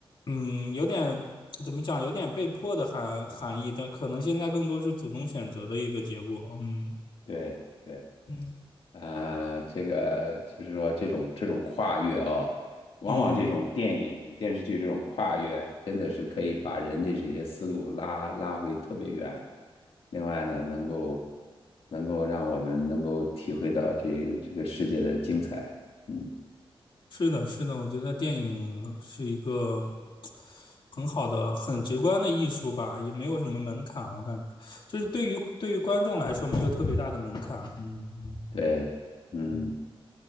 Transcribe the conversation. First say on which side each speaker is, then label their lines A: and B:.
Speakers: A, on the left (about 55°); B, on the left (about 75°).
A: 嗯，有点怎么讲，有点被迫的含含义，但可能现在更多是主动选择的一个结果。嗯
B: 对。对
A: 嗯
B: 呃，这个就是说这种这种跨越哦，往往这种电影电视剧这种跨越，
A: 嗯，
B: 真的是可以把人的这些思路拉拉回特别远。另外呢，能够能够让我们能够体会到这个这个世界的精彩。嗯，
A: 是的，是的，我觉得电影是一个很好的、很直观的艺术吧，也没有什么门槛，我感觉就是对于对于观众来说没有特别大的门槛。嗯嗯
B: 对，嗯。
A: 嗯